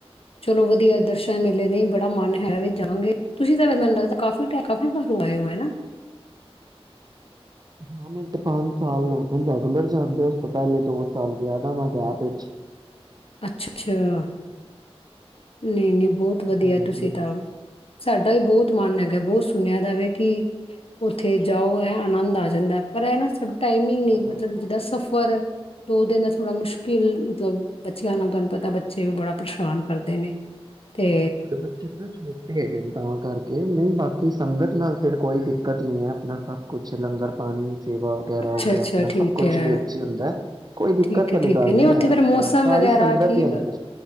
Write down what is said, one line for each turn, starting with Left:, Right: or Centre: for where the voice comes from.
Left: ਚਲੋ ਵਧੀਆ ਦਰਸ਼ ਨੀ ਮਿਲੇ ਨੇ, ਈ ਬੜਾ ਮਨ ਹੈਗਾ ਵਈ ਜਾਵਾਂਗੇ। ਤੁਸੀਂ ਤਾਂ ਮੈਨੂੰ ਲੱਗਦਾ ਕਾਫੀ ਟ, ਕਾਫੀ ਵਾਰ ਹੋ ਆਏ ਓ ਹੈਨਾ?
Right: ਹਾਂ ਮੈਨੂੰ ਤੇ ਪੰਜ ਸਾਲ ਹੋ ਗਏ ਰੈਗੂਲਰ ਜਾਂਦੇ, ਉਸ ਤੋਂ ਪਹਿਲੇ ਦੋ ਸਾਲ ਗਿਆ ਦਾ ਵਾ ਗੈਪ ਚ
Left: ਅੱਛਾ ਅੱਛਾ, ਨਈ ਨਈ ਬਹੁਤ ਵਧੀਆ,
Right: ਹਾਂਜੀ
Left: ਤੁਸੀਂ
Right: ਹਾਂਜੀ
Left: ਤਾਂ ਸਾਡਾ ਵੀ ਬਹੁਤ ਮਨ ਹੈਗਾ। ਬਹੁਤ ਸੁਣਿਆ ਦਾ ਵੇ ਕਿ ਉੱਥੇ ਜਾਓ ਐ ਆਨੰਦ ਆ ਜਾਂਦਾ। ਪਰ ਇਹ ਨਾ ਸ ਟਾਈਮਿੰਗ ਨੀ,
Right: ਬੜਾ
Left: ਮਤਲਬ ਜਿੱਦਾਂ ਸਫ਼ ਫਰ, ਦੋ ਦਿਨ ਥੋੜਾ ਮੁਸ਼ਕਿਲ ਮਤਲਬ ਬੱਚਿਆਂ ਨਾਲ, ਤੁਹਾਨੂੰ ਪਤਾ ਬੱਚੇ ਵੀ ਬੜਾ ਪਰੇਸ਼ਾਨ ਕਰਦੇ ਨੇ। ਤੇ
Right: ਹਾਂ ਤੁਹਾਡੇ ਬੱਚੇ ਥੋੜੇ ਛੋਟੇ ਹੈਗੇ ਨੇ ਤਾਂ ਕਰਕੇ, ਨਈ ਬਾਕੀ ਸੰਗਤ ਨਾਲ ਤੇਰੇ ਕੋਈ ਦਿੱ ਕਤ ਨਈ ਐ, ਆਪਣਾ ਸਭ ਕੁਛ ਲੰਗਰ ਪਾਣੀ ਸੇਵਾ ਵਗੈਰਾ
Left: ਅੱਛਾ
Right: ਹੋ
Left: ਅੱਛਾ
Right: ਗਿਆ, ਆਪਣਾ
Left: ਠੀਕ
Right: ਸਭ ਕੁਛ
Left: ਹੈ
Right: ਵਿੱਚ ਈ ਹੁੰਦਾ। ਕੋਈ ਦਿੱਕਤ
Left: ਠੀਕ ਹੈ
Right: ਵਾਲੀ
Left: ਠੀਕ
Right: ਗੱਲ
Left: ਹੈ ਨਹੀਂ
Right: ਨੀ
Left: ਉੱਥੇ
Right: ਐ,
Left: ਫੇਰ
Right: ਆਪਣਾ
Left: ਮੌਸਮ
Right: ਸਾਰੀ
Left: ਵਗੈਰਾ
Right: ਸੰਗਤ
Left: ਠੀਕ
Right: ਈ ਹੁੰਦੀ।